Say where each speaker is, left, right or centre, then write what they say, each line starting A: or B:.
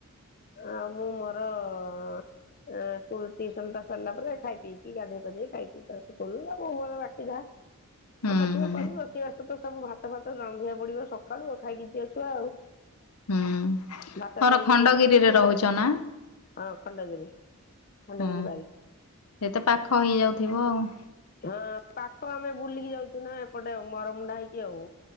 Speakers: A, on the left; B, on the left.
A: ଆଉ ମୁଁ ମୋର ଆଁ, ସ୍କୁଲ୍ ଟିଉସନ ଟା ସରିଲା ପରେ ଖାଇ ପିଇକି ଗାଧେଇେ ପାଧେଇ ଖାଇପିଇ ତା ସହ କଲା ମୁଁ ମୋର ବାକି ଯାହା
B: ହୁଁ
A: କାମ ଥିବ
B: ହୁଁ
A: କରିବି ରୋଷେଇ ବାସ ତ ସବୁ ଭାତ ଫାତ ରାନ୍ଧିବାକୁ ପଡିବ ସକାଳୁ ଆଉ, ଖାଇକି ଯିବ ଛୁଆ ଆଉ।
B: ହୁଁ
A: ଭାତ
B: ତୋର
A: ଖାଇକି
B: ଖଣ୍ଡଗିରିରେ
A: ଯିବ ଟିଫିନି
B: ରହୁଛ ନା?
A: ହଁ ଖଣ୍ଡଗିରି। ଖଣ୍ଡଗିରି
B: ହୁଁ,
A: ବାରି
B: ସେ ତ ପାଖ ହେଇଯାଉଥିବ ଆଉ।
A: ହଁ ପାଖ ଆମେ ବୁଲିକି ଯାଉଚୁ ନା ଏପଟେ ଆଉ ମରମୁଣ୍ଡା ହେଇକି ଆଉ।